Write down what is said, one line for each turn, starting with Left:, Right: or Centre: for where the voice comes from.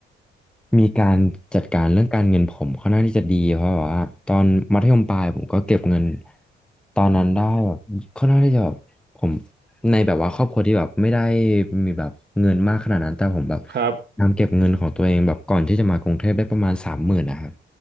Centre: มีการจัดการเรื่องการเงินผมค่อนข้างที่จะดีเพราะแบบว่าตอนมัธยมปลายผมก็เก็บเงินตอนนั้นได้แบบค่อนข้างที่จะแบบผมในแบบว่าครอบครัวที่แบบไม่ได้มีแบบเงินมากขนาดนั้นแต่ผมแบบ
Right: ครับ
Centre: นำเก็บเงินของตัวเองแบบก่อนที่จะมากรุงเทพได้ประมาณสามหมื่นนะครับ